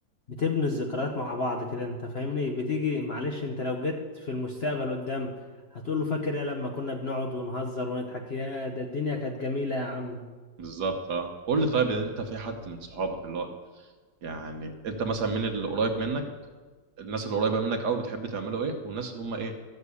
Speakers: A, on the left; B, on the right.
A: بتبني الذكريات مع بعض كده أنت فاهمني بتيجي معلش أنت لو جيت في المستقبل قدام هتقوله فاكر يا لما كنا بنقعد ونهزر ونضحك يا ده الدنيا كانت جميلة يا عم
B: بالظبط اه قول لي طيب انت في حد من صحابك اللي هو يعني انت مثلا من اللي قريب منك الناس اللي قريبة منك قوي بتحب تعملوا ايه والناس اللي هم ايه